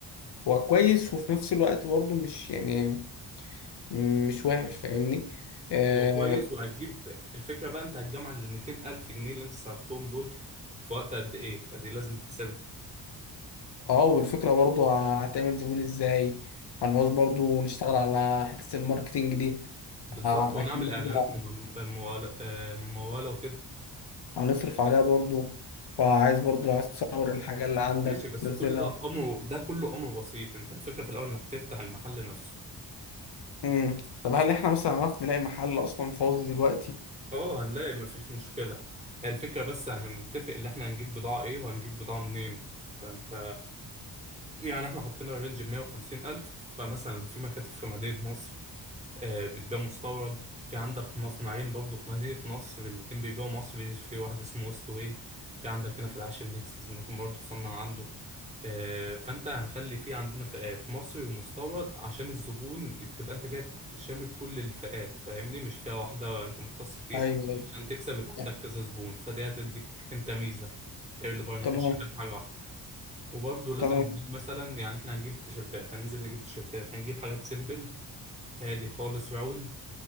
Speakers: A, on the left; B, on the right.
A: هو كويس وفي نفس الوقت برضو مش يعني مم، مش وحش فاهمني اه
B: هو كويس وهتجيب الفكرة بقى انت هتجمع ال 200 ألف جنيه اللي انت صرفتهم دول في وقت قد ايه فدي لازم تحسبها
A: آه، والفكرة برضو هتعمل زبون ازاي هنعوز برضو نشتغل على حتة الماركتينج دي
B: بالظبط
A: آه،
B: ونعمل
A: اكيد برضو
B: اعلانات مم- ممولة آه، ممولة وكده
A: هنصرف عليها برضو وعايز برضو لو عايز تصور الحاجة اللي عندك
B: ماشي بس
A: تنزلها
B: كل ده امر ده كله امر بسيط انت الفكرة في الاول انك تفتح المحل نفسه
A: امم طب هل احنا مثلا عرفنا نلاقي محل اصلا فاضي دلوقتي
B: اه هنلاقي مفيش مشكلة هي الفكرة بس هنتفق اللي احنا هنجيب بضاعة ايه وهنجيب بضاعة منين فانت يعني احنا حطينا رينج 150 ألف فمثلا في مكاتب في مدينة نصر آه، بتبيع مستورد في عندك مصنعين برضو في مدينة نصر الاتنين بيبيعوا مصري في واحد اسمه ويست واي في عندك هنا في العاشر نكسس ممكن برضو تصنع عنده آه، فانت هنخلي في عندنا فئات مصري ومستورد عشان الزبون تبقى انت جايب شامل كل الفئات فاهمني مش فئة واحدة انت مختص فيها
A: ايوه ايوه
B: عشان تكسب يبقى عندك
A: يعني
B: كذا زبون فدي هتديك انت ميزة غير اللي بره انك
A: تمام
B: مش شغال في حاجة واحدة وبرضه لازم
A: تمام
B: نجيب مثلا يعني احنا هنجيب تيشيرتات هننزل نجيب تيشيرتات هنجيب حاجات سيمبل هادي خالص راوند